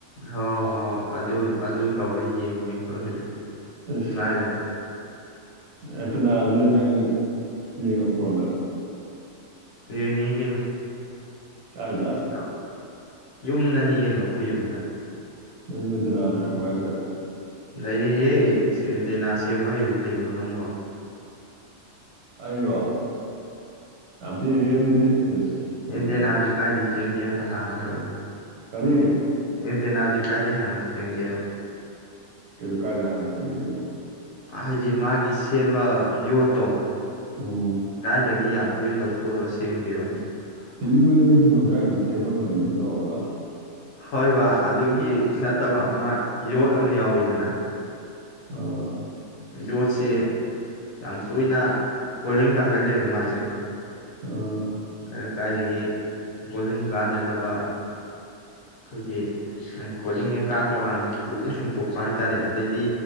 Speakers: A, on the left; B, on the right.
A: ꯍꯣꯏ ꯍꯣꯏ ꯍꯣꯏ ꯑꯗꯨ ꯑꯗꯨ ꯇꯧꯔ ꯌꯦꯡꯉꯦ ꯑꯩꯈꯣꯏ ꯍꯧꯖꯤꯛ
B: ꯏꯁ
A: ꯂꯥꯏꯔꯔꯦ
B: ꯂꯥꯢꯕꯨ ꯅꯍꯥꯟꯗꯨ ꯅꯪ ꯌꯦꯡꯉꯛꯄ꯭ꯔꯣꯅ
A: ꯌꯦꯡꯉꯤ ꯀꯩꯅꯣ
B: ꯀꯥꯏꯗ
A: ꯏꯁꯇꯥꯃ ꯌꯨꯝꯅꯅꯤ ꯀꯩꯅꯣ ꯑꯩꯈꯣꯏ ꯌꯨꯝꯗ
B: ꯅꯣꯏ ꯌꯨꯝꯗ ꯗꯇꯥ ꯂꯩꯔꯛꯄꯔꯣ ꯍꯥꯏꯁꯦ
A: ꯂꯩꯔꯦꯌꯦ ꯁꯤ ꯑꯦꯟ ꯇꯦꯅꯥ ꯁꯦꯝꯕ ꯍꯩ ꯍꯩꯕ꯭ꯔꯣ ꯅꯪꯕꯣ
B: ꯑꯩꯔꯣ ꯌꯥꯝ ꯌꯦꯡꯉꯤ ꯑꯗꯨꯗꯤ ꯏꯁ
A: ꯑꯦꯟꯗꯦꯅꯦꯁꯦ
B: ꯗꯅꯥꯁꯦ
A: ꯀꯥꯏꯗꯩ ꯁꯦꯝꯒꯦꯝ ꯍꯥꯟꯅ ꯍꯥꯏꯔꯛꯎ
B: ꯀꯔꯤ
A: ꯑꯦꯟꯇꯦꯅꯥꯁꯦ ꯀꯥꯏꯗꯩ ꯍꯥꯟꯅ ꯆꯤꯡꯒꯦꯕ
B: ꯀꯅꯨ ꯀꯥꯏꯗꯩ ꯍꯥꯟꯅ ꯁꯦꯝꯒꯦꯕꯣ
A: ꯍꯥꯏꯗꯤ ꯃꯥꯒꯤ ꯁꯦꯝꯕ ꯌꯣꯠꯇꯣ
B: ꯎꯝ
A: ꯗꯥꯏꯗꯒꯤ ꯌꯥꯝ ꯂꯣꯏ ꯂꯧꯊꯣꯛꯔꯛꯑ ꯁꯦꯡꯒꯦꯕ
B: ꯇꯤꯚꯤ ꯃꯅꯤꯡꯗ ꯊꯤꯟꯕꯝ ꯌꯥꯎꯏꯗꯨꯗꯤ ꯀꯦꯕꯜ ꯃꯔꯤꯗꯨ ꯇꯧꯔꯒ
A: ꯍꯣꯏ ꯕꯥ ꯑꯗꯨꯒꯤ ꯅꯠꯇꯕ ꯑꯃ ꯌꯣꯠ ꯑꯃ ꯌꯥꯎꯋꯤꯗꯅ
B: ꯑꯥ
A: ꯌꯣꯠꯁꯦ ꯌꯥꯝ ꯇꯣꯏꯅ ꯀꯣꯂꯤꯡ ꯀꯥꯒꯜꯂꯦꯕ ꯃꯥꯁꯦ
B: ꯑꯥ
A: ꯑ ꯀꯥꯏꯗꯒꯤ ꯀꯣꯂꯤꯡ ꯀꯥꯗꯅꯕ ꯑꯩꯈꯣꯏꯒꯤ ꯁ ꯀꯣꯒꯤꯡ ꯍꯦꯛ ꯀꯥꯞꯄ ꯀꯥꯟꯗ ꯇꯨꯅ ꯁꯦꯡꯇꯣꯛ ꯄ ꯍꯥꯏꯇꯥꯔꯦ ꯑꯗꯩꯗꯤ